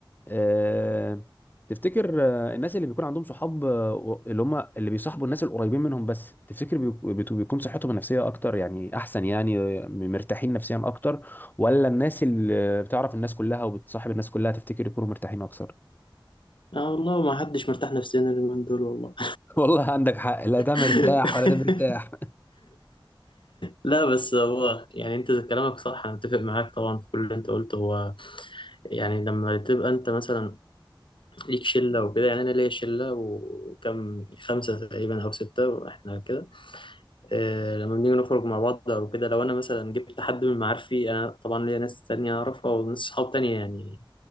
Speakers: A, on the left (about 20°); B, on the left (about 70°).
A: أه تفتكر آه، الناس اللي بيكون عندهم صحاب آه، اللي هم اللي بيصاحبوا الناس القريبين منهم بس تفتكر بيك- بت- بيكون صحتهم النفسيه اكتر يعني احسن يعني آه، مرتاحين نفسيا اكتر ولا الناس اللي بتعرف الناس كلها وبتصاحب الناس كلها تفتكر يكونوا مرتاحين اكتر
B: اه والله ما حدش مرتاح نفسيا اليومين دول والله
A: <laughs> والله عندك حق لا
B: <laughs>
A: ده مرتاح ولا ده مرتاح
B: لا بس هو يعني انت كلامك صح انا متفق معاك طبعا في كل اللي انت قلته هو يعني لما تبقى انت مثلا ليك شله وكده يعني انا ليا شله وكم خمسه تقريبا او سته واحنا كده آه، لما بنيجي نخرج مع بعض او كده لو انا مثلا جبت حد من معارفي انا طبعا ليا ناس تانية اعرفها وناس صحاب تانية يعني